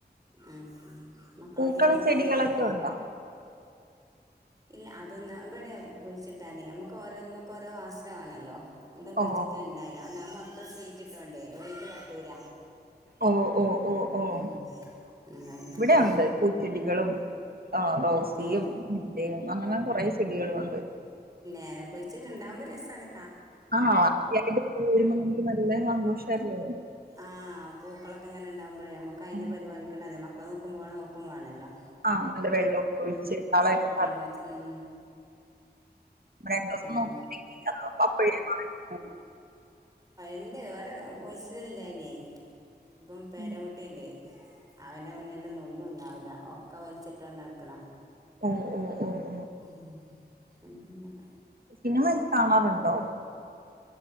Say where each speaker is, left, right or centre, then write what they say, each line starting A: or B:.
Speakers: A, on the right (about 20°); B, on the right (about 60°).
A: ഉം മക്കളൊക്കെഏടെ
B: പൂക്കളും ചെടികളൊക്കെ
A: പോയേക്കു
B: ഉണ്ടോ
A: ഇല്ല. അതൊന്ന് ഇവടെ കുഴിച്ചിട്ടാലേ അമ്മുക്ക് ഓരോന്നുക്ക് ഓരോ ആശ്രഹാണല്ലോ ഇവടെ കുഴിച്ചിട്ടാണ്ടാവ്
B: ഓ
A: ല ഒന്നാമെ മൊത്തം സീറ്റ് ഇട്ടോണ്ടേ വെയ്ല് ത്തട്ടൂല
B: ഓഹ് ഓഹ് ഓഹ് ഓഹ്
A: ഉം. അതാ ഉള്ളത്.
B: ഇവിടെ ഒണ്ട് പൂച്ചെടികളും ആഹ് റോസ് സിയും
A: ഓ
B: ല്ലെയും അങ്ങനെ കൊറേ ചെടികളുണ്ട്
A: ഏഹ് കുഴിച്ചിട്ട് ഇണ്ടാവുമ്പോ രസാണ്
B: ആഹ് <unintelligible> പൂ വിരുമ്പം നമുക്ക് നല്ല സന്തോഷല്ലേ
A: ആഹ് പൂക്കളൊക്കെങ്ങനെണ്ടാവുമ്പളേ നമ്മുക്ക് അയ്നെ
B: ആ
A: പരിപാലിക്കണ്ടെതെ മക്കളെ നോക്കുമ്പോളെ നോക്കുമാണല്ലോ
B: ആഹ് നല്ല വെള്ള ഒക്കെ ഒഴിച്ച് കളയൊക്കെ
A: വെള്ളഴിച്ച് ഉം
B: മന്ത <unintelligible>
A: അന്നെ
B: അപ്പ <unintelligible> <unintelligible> <unintelligible> ഴ
A: ഇണ്ട് ഇവടെ കുഴ്ച്ചി ടെലേനി അപ്പം പേരകുട്ടിണ്ട്
B: ഉം.
A: അവന്റെ മുന്നിന്ന് <unintelligible> ഒന്നും ഉണ്ടാവുല ഒക്കെ വലിച്ചിട്ടോണ് നട്ക്ക്ണ
B: ഒഹ് ഒഹ് ഒഹ്
A: ഉം <unintelligible> ന്ത
B: സിനിമ ഒക്കെ കാണാറ്ണ്ടോ